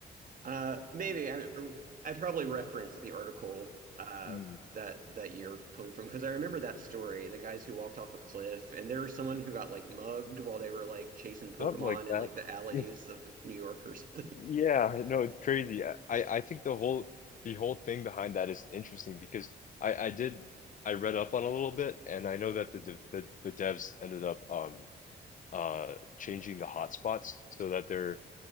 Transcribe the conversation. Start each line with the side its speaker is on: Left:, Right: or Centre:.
Right: Uh, maybe I I probably referenced the article uh,
Left: Hmm.
Right: that that you're pulling from because I remember that story, the guys who walked off a cliff, and there was someone who got like mugged while they were like chasing Pokemon
Left: Something like that.
Right: in like the alleys
Left: <laughs>
Right: of New York or something.
Left: Yeah, no, it's crazy. I, I think the whole the whole thing behind that is interesting because I I did I read up on a little bit and I know that the de- the, the devs ended up um uh changing the hotspots so that they're